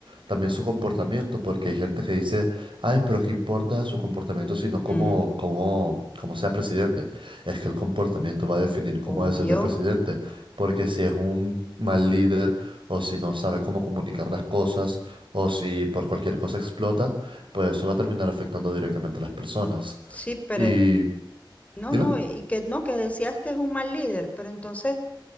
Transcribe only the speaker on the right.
también su comportamiento, porque hay gente que dice, ay, pero qué importa su comportamiento, sino como,
como, como sea presidente. Es que el comportamiento va a definir cómo
es el del presidente, porque si es un mal líder o si no sabe cómo comunicar las cosas o si por cualquier cosa explota, pues eso va a terminar afectando directamente a las personas.
Y
dime,